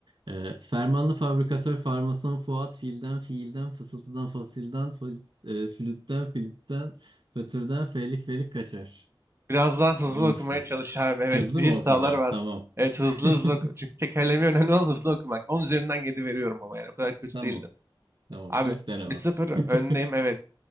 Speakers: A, on the right; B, on the right.
A: Ee, fermanlı fabrikatör farmason Fuat filden fiilden fısıltıdan fasilden fol- e, flütten filitten fötürden felik felik kaçar.
B: Biraz daha hızlı
A: Zormuş
B: okumaya
A: bu.
B: çalış abi. Evet,
A: Hızlı
B: bir
A: mı
B: hatalar
A: okuyacağım?
B: vardı.
A: Tamam.
B: Evet, hızlı
A: <laughs>
B: hızlı oku. Çünkü tekerlemeyi önemli olan hızlı okumak. 10 üzerinden 7 veriyorum ama yani o kadar kötü
A: Tamam.
B: değildim
A: Tamam.
B: Abi
A: İlk denemem.
B: bir sıfır
A: <laughs>
B: öndeyim evet.